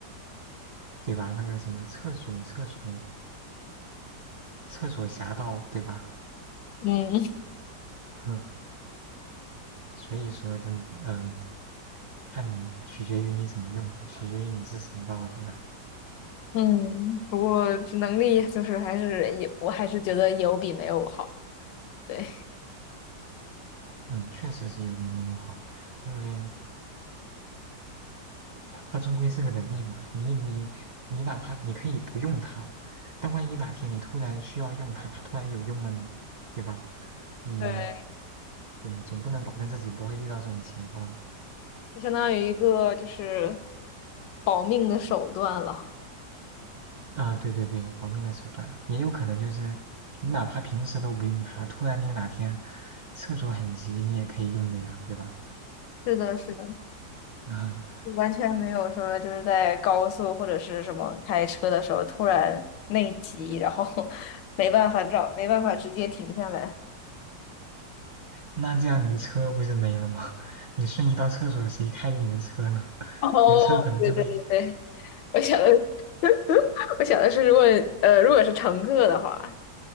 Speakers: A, on the right; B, on the left.
A: 对吧？那个什么厕所厕所厕所侠盗，对吧？
B: 嗯 <laughs>
A: 嗯，所以说真嗯，看你取决于你怎么用，取决于你是谁吧，我觉得。
B: 嗯，不过这能力就是还是有，我还是觉得有比没有好。对
A: 嗯，确实是有比没有好，因为它终归是个能力嘛。你你你哪怕你可以不用它，但万一哪天你突然需要用它，它突然有用了呢，对吧？你
B: 对。
A: 对总不能保证自己不会遇到这种情况
B: 就相当于一个就是保命的手段了。
A: 啊。对对对，保命的手段也有可能就是你哪怕平时都不用它，突然你哪天厕所很急，你也可以用的呀，对吧？
B: 是的，是的，
A: <laughs> 那
B: 就完全没有说就是在高速或者是什么开车的时候突然内急，然后 <laughs> 没办法找，没办法直接停下来。
A: 那这样你的车不是没了吗？<laughs> 你瞬移到厕所，谁开你的车呢？<laughs>
B: 哦，
A: 你的车可能就会
B: 对对对对，我想的，<laughs> 我想的是，如果呃，如果是乘客的话，